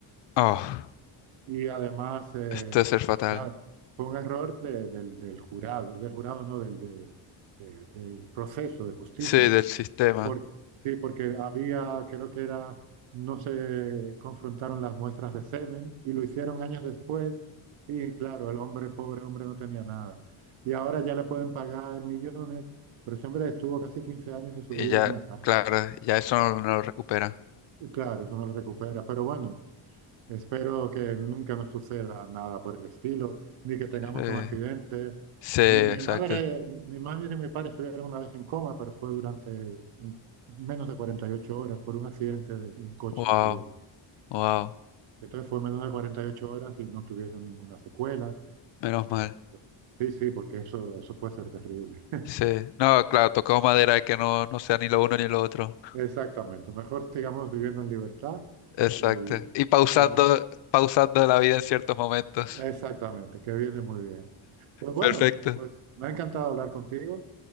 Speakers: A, on the left; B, on the right.
A: Oh,
B: Y además, eh,
A: esto es ser fatal.
B: o fue un error de- del, del jurado, del jurado no, del, de- de- del proceso de justicia.
A: Sí, del sistema.
B: Por, sí, porque había, creo que era, no se confrontaron las muestras de semen y lo hicieron años después y claro, el hombre, pobre hombre, no tenía nada. Y ahora ya le pueden pagar millones, pero ese hombre estuvo casi 15 años de su
A: Y
B: vida
A: ya,
B: en una cárcel.
A: claro, ya eso no, no lo recupera.
B: Y claro, eso no lo recupera, pero bueno. Espero que nunca nos suceda nada por el estilo, ni que tengamos
A: Sí,
B: un accidente.
A: sí, exacto.
B: Mi, mi madre, mi madre y mi padre estuvieron una vez en coma, pero fue durante menos de 48 horas por un accidente en coche
A: Wow,
B: que tuvieron.
A: wow,
B: Entonces fue menos de 48 horas y no tuvieron ninguna secuela.
A: menos
B: Eh,
A: mal.
B: pues, sí, sí, porque eso, eso puede ser terrible. <laughs>
A: Sí, no, claro, tocamos madera que no, no sea ni lo uno ni lo otro.
B: Exactamente. Mejor sigamos viviendo en libertad
A: Exacto.
B: y,
A: Y pausando,
B: y la mejor.
A: pausando la vida en ciertos momentos.
B: Exactamente, que viene muy bien. Pues bueno,
A: Perfecto.
B: pues me ha encantado hablar contigo.